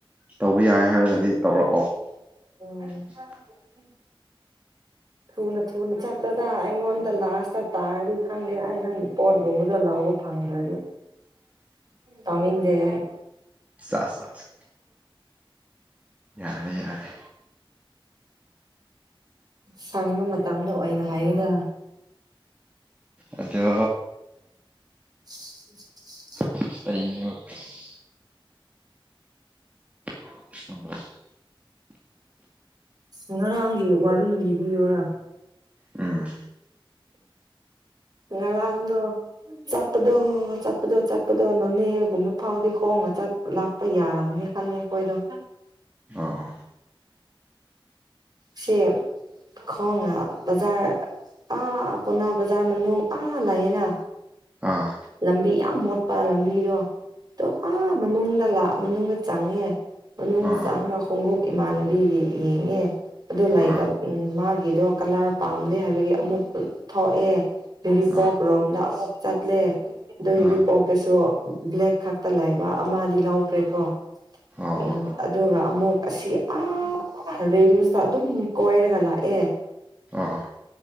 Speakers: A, on the right; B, on the right.
A: ꯇꯧꯕ ꯌꯥꯏ ꯍꯥꯏꯔꯗꯤ ꯇꯧꯔꯛꯑꯣ
B: <inaudible>
A: <inaudible>
B: <inaudible> ꯊꯨꯅ ꯊꯨꯅ ꯆꯠꯂꯗ ꯑꯩꯉꯣꯟꯗ ꯂꯥꯁꯇ ꯇꯥꯔꯤ ꯈꯪꯗꯦ ꯑꯩ ꯅꯪꯒꯤ ꯄꯣꯠꯒꯨꯝꯕꯗꯣ ꯂꯧꯕ꯫ ꯐꯪꯗ꯭ꯔꯗꯤ꯫ ꯇꯧꯅꯤꯡꯗꯦ ꯑꯩ꯫
A: ꯆꯥꯁ ꯆꯥꯁ ꯌꯥꯔꯦ ꯌꯥꯔꯦ
B: ꯁꯪꯕ ꯃꯇꯝꯗ ꯑꯣꯏꯅ ꯍꯥꯏꯌꯨꯗꯥ
A: ꯑꯗꯣ
B: <inaudible>
A: <unintelligible> <unintelligible>
B: ꯉꯔꯥꯡꯒꯤ ꯋꯥꯔꯤ ꯂꯤꯕꯤꯌꯣꯔꯥ
A: ꯎꯝ
B: ꯉꯔꯥꯡꯗꯣ꯫ ꯆꯠꯄꯗꯣ ꯆꯠꯄꯗꯣ ꯆꯠꯄꯗꯣ ꯅꯣꯅꯦꯒꯨꯝꯕ ꯐꯥꯎꯗꯤ ꯈꯣꯡꯅ ꯆꯠ ꯂꯥꯛꯄ ꯌꯥꯔꯝꯅꯤ ꯈꯜꯂꯦ ꯑꯩꯈꯣꯏꯗꯣ꯫
A: ꯑꯣ
B: ꯁꯤ ꯈꯣꯡꯅ ꯕꯖꯥꯔ꯫ ꯑꯥ ꯄꯥꯎꯅꯥ ꯕꯖꯥꯔ ꯃꯅꯨꯡ ꯑꯥ ꯂꯩꯌꯦꯅ꯫
A: ꯑꯥ꯫
B: ꯂꯝꯕꯤ ꯌꯥꯝ ꯃꯣꯠꯄ ꯂꯝꯕꯤꯗꯣ ꯇꯣ ꯑꯥ ꯃꯅꯨꯡꯗ ꯂꯥꯛ ꯃꯅꯨꯡꯗ ꯆꯪꯉꯦ꯫ ꯃꯅꯨꯡꯗ
A: ꯑꯥ
B: ꯆꯪꯉꯒ ꯈꯣꯡꯎꯞ ꯏꯃꯥꯟꯅꯕꯤꯒꯤ ꯌꯦꯡꯉꯦ꯫ ꯑꯗꯨ ꯂꯩꯇꯕ
A: ꯑꯥ
B: ꯃꯥꯒꯤꯗꯣ ꯀꯂꯔ ꯄꯥꯝꯗꯦ ꯍꯥꯏꯕꯒꯤ ꯑꯃꯨꯛ ꯊꯣꯛꯑꯦ꯫ ꯎꯔꯤꯄꯣꯛ
A: ꯑꯥ
B: ꯔꯣꯝꯗ ꯑꯃꯨꯛ ꯆꯠꯂꯦ ꯑꯗꯣ
A: ꯑꯥ
B: ꯎꯔꯤꯄꯣꯛꯇꯁꯨ꯫ ꯕ꯭ꯂꯦꯛ ꯈꯛꯇ ꯂꯩꯕ ꯑꯃꯗꯤ ꯂꯧꯈ꯭ꯔꯦꯀꯣ꯫
A: ꯑꯣ
B: ꯎꯝ
A: ꯑꯣ
B: ꯑꯗꯨꯒ ꯑꯃꯨꯛ ꯑꯁꯤ ꯑꯥ ꯔꯤꯝꯁ꯫ ꯑꯗꯨꯝ ꯀꯣꯏꯔꯒ ꯂꯥꯛꯑꯦ꯫
A: ꯑꯣ